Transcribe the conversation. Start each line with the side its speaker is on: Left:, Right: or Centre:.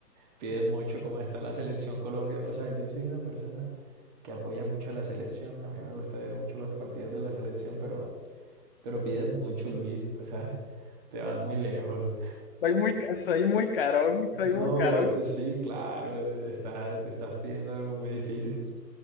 Right: piden mucho como está la selección Colombia. O sea, yo soy una persona que apoya mucho a la selección, a mí me gusta ver mucho los partidos de la selección, pero, pero piden mucho, Luis. O sea, te vas muy lejos.
Left: Soy muy, ca- soy muy carón,
Right: <laughs>
Left: soy
Right: No,
Left: muy carón.
Right: sí, claro, estás, estás pidiendo algo muy difícil.